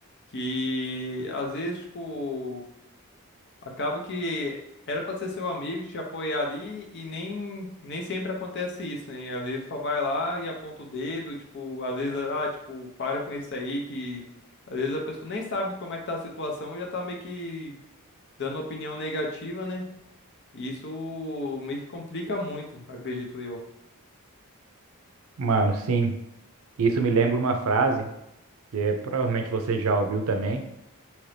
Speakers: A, on the left; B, on the right.
A: que às vezes, tipo, acaba que era pra ser seu amigo, te apoiar ali e nem, nem sempre acontece isso, né, às vezes só vai lá e aponta o dedo, tipo, às vezes, ah, tipo, para com isso aí, que às vezes a pessoa nem sabe como é que tá a situação e já tá meio que dando opinião negativa, né? E isso meio que complica muito, acredito eu.
B: Mano, sim. Isso me lembra uma frase que é, provavelmente você já ouviu também,